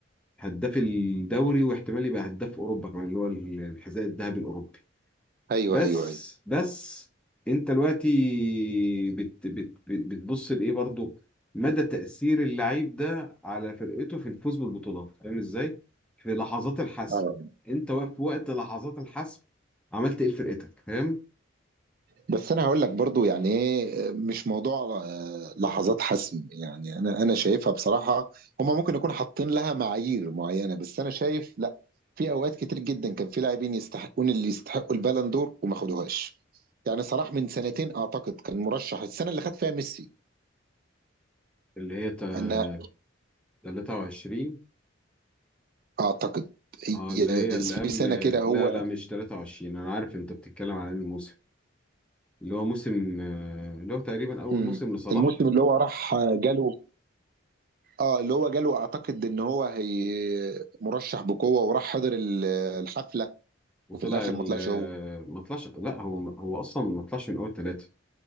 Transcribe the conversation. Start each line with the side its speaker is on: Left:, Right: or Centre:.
Centre: هداف الدوري واحتمال يبقى هداف اوروبا كمان اللي هو الحذاء الذهبي الاوروبي
Right: ايوه
Centre: بس
Right: ايوه ايوه
Centre: بس انت دلوقتي بت بت بتبص لايه برضه مدى تأثير اللعيب ده على فرقته في الفوز بالبطولات فاهم ازاي في لحظات الحسم
Right: اه
Centre: انت واقف في وقت لحظات الحسم عملت ايه لفرقتك فاهم
Right: بس انا هقول لك برضو يعني ايه مش موضوع آه، لحظات حسم يعني انا انا شايفها بصراحه هما ممكن يكون حاطين لها معايير معينه بس انا شايف لا في اوقات كتير جدا كان في لاعبين يستحقون اللي يستحقوا البالون دور وما خدوهاش يعني صلاح من سنتين اعتقد كان مرشح السنه اللي خد فيها ميسي
Centre: اللي هي تا-
Right: انا
Centre: 23
Right: اعتقد هي
Centre: اه اللي هي اللي
Right: في
Centre: قبل
Right: سنه كده هو
Centre: لا لا مش 23 انا عارف انت بتتكلم على انهي موسم اللي هو موسم آه، اللي هو تقريبا اول
Right: مم.
Centre: موسم لصلاح
Right: الموسم اللي هو راح جاله اه اللي هو جاله اعتقد ان هو هي مرشح بقوه وراح حضر ال- الحفله
Centre: وطلع
Right: وفي الاخر
Centre: ال
Right: ما طلعش هو
Centre: ما طلعش لا هو هو اصلا ما طلعش من اول ثلاثه